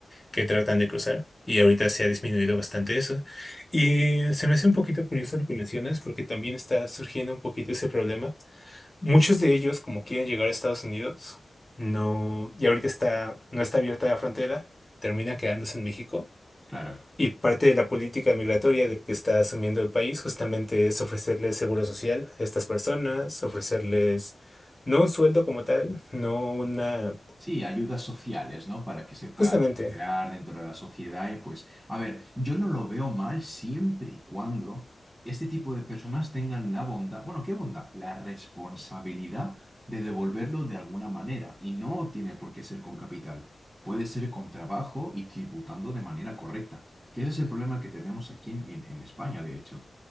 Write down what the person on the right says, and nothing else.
Claro.
Sí, ayudas sociales, ¿no? Para que se puedan
integrar dentro de la sociedad y pues, a ver, yo no lo veo mal siempre y cuando este tipo de personas tengan la bondad, bueno, ¿qué bondad? La responsabilidad de devolverlo de alguna manera y no tiene por qué ser con capital. Puede ser con trabajo y tributando de manera correcta, que ese es el problema que tenemos aquí en, en en España, de hecho.